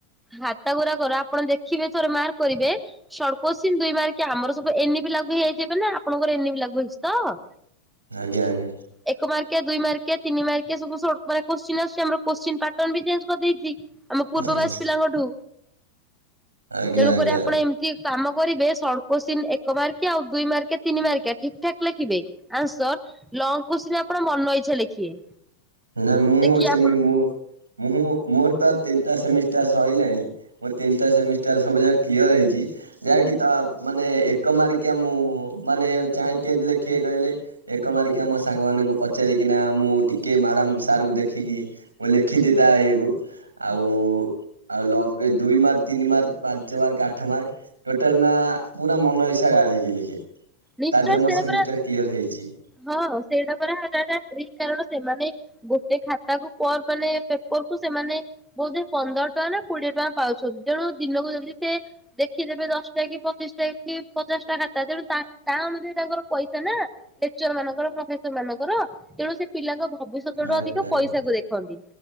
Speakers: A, in the centre; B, on the right.
A: ଖାତା ଗୋରା କର ଆପଣ ଦେଖିବେ ଥରେ ମାର୍କ କରିବେ ସର୍ଟକୋଚିନି ଦୁଇ ମାର୍କିଆ ଆମର ସବୁ ଏ ଲାଗୁ ହେଇ ଯାଇଛି ଏବେ ନା ଆପଣଙ୍କର ଏନି ବି ଲାଗୁ ହେଇଛି ତ
B: ଆଜ୍ଞା ଆଜ୍ଞା।
A: ଏକ ମାର୍କିଆ ଦୁଇ ମାର୍କିଆ ତିନି ମାର୍କିଆ ସବୁ ସର୍ଟ ମାର୍କ କୋରଚୀନ ଆସୁଛି ଆମର କୋରଚୀନ ପାର୍ଟନ ବି ଚେଞ୍ଜ କରିଦେଇଚି। ଆମ ପୂର୍ବ
B: ଆଜ୍ଞା।
A: ବ୍ୟାଚ ପିଲାଙ୍କ ଠୁ
B: ଆଜ୍ଞା
A: ତେଣୁକରି
B: ଆଜ୍ଞା
A: ଆପଣ ଏମିତି କାମ କରିବେ ସର୍ଟ କୋସଚୀନ ଏକ ମାର୍କିଆ ଆଉ ଦୁଇ ମାର୍କିଆ ତିନି ମାର୍କିଆ ଠିକ୍ ଠାକ ଲେଖିବେ ଆଉ ସର୍ଟ ଲଙ୍ଗ କୁସିନି ଆପଣ ମନ ଇଚ୍ଛା ଲେଖିବେ।
B: ନା ମୁଁ
A: ଦେଖିବେ
B: ସେମି
A: ଆପଣ
B: ମୁଁ ମୁଁ ମୋର ତ ତିନିଟା ସେମିଷ୍ଟାର୍ ସରିଲାଣି ମୁଁ ତିନିଟା ସେମିଷ୍ଟାର ସବୁ ଯାକ କ୍ଲିୟର ହେଇଚି। ଯାହାକି ତ ମାନେ ଏକ ମାର୍କିଆ ମୁଁ ମାନେ ଚାହେଁ କେମିତି ଲେଖିବେ କହିଲେ ଏକ ମାର୍କିଆ ମୋ ସାଙ୍ଗମାନଙ୍କୁ ପଚାରିକିନା ମୁଁ ଟିକ କିଏ ମ୍ୟାଡ଼ାମ ସାରଙ୍କୁ ଦେଖିକି, ମୁଁ ଲେଖିଦିଏ ତା ଇଏକୁ ଆଉ ଆଉ ଲଙ୍ଗ ରେ ଦୁଇମାର୍କ ତିନିମାର୍କ ପାଞ୍ଚମାର୍କ ଆଠମାର୍କ ଟୋଟାଲ ନା ପୁରା ମନ ଇଛା ଗାରେଇ ଲି
A: ନିଶ୍ଚୟ
B: ତା ଦେହରେ ମୋ
A: ସେରା
B: ସେମିଷ୍ଟାର
A: ପରା
B: କ୍ଲିୟର ହେଇଛି।
A: ହଁ ସେଇଟା ପରା ହେଟା ଟ୍ରିକ, କାରଣ ସେମାନେ ଗୋଟେ ଖାତାକୁ ପର ମାନେ ପେପ ଠୁ ସେମାନେ ବୋଧେ ପନ୍ଦର ଟଙ୍କା ନା କୋଡିଏ ଟଙ୍କା ପାଉଛନ୍ତି, ତେଣୁ ଦିନକୁ ଯଦି ସେ ଦେଖି ଏବେ ଦଶଟାକି ପଚିଶଟାକି ପଚାଶଟା ଖାତା, ତେଣୁ ତା ତା ଅନୁଯାୟୀ ତାଙ୍କର ପଇସା ନା ଲେ ଚର ମାନଙ୍କର ପ୍ରଫେସର ମାନଙ୍କର, ତେଣୁ ସେ ପିଲାଙ୍କ ଭବିଷ୍ୟତଠୁ
B: ଆଜ୍ଞା
A: ଅଧିକ
B: ଆଜ୍ଞା
A: ପଇସାକୁ ଦେଖନ୍ତି।